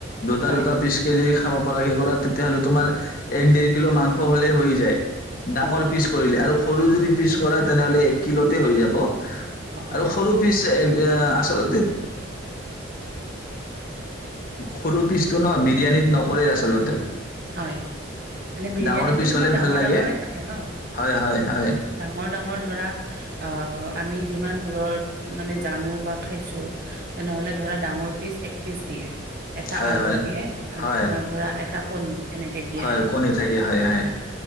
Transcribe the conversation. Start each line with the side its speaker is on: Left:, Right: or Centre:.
Left: দুটা
Right: হয়
Left: দুটা পিচকে যদি খাব পৰা কে কৰা তেতিয়াহলে তোমাৰ এক দেৰ কিলো মাংস হ'লেই হৈ যায়। ডাঙৰ
Right: অ
Left: পিচ কৰিলে আৰু সৰু যদি পিছ কৰে তেনেহ'লে কি'লতে হৈ যাব।
Right: অ অ
Left: আৰু সৰু পিছ এক এয়া আচলতে সৰু পিচটো ন বিৰিয়ানীত নকৰে আচলতে
Right: হয়, মানে বিৰিয়ানীতো
Left: ডাঙৰ পিচ
Right: তোমাৰ
Left: হ'লে
Right: ডাঙৰ
Left: ভাল লাগে
Right: ডাঙৰে থাকে ন।
Left: হয় হয় হয়
Right: ডাঙৰ ডাঙৰ ধৰা অ্ অ্ আমি যিমান দূৰত মানে জানো বা খাইছো তেনেহ'লে ধৰা ডাঙৰ পিচ এক পিচ দিয়ে এটা
Left: হয়
Right: আলু
Left: হয়
Right: দিয়ে আৰু
Left: হয়
Right: তুমাৰ ধৰা এটা পনি এনেকে দিয়ে
Left: হয়
Right: আৰু
Left: কণী থাকে হয়, হয়।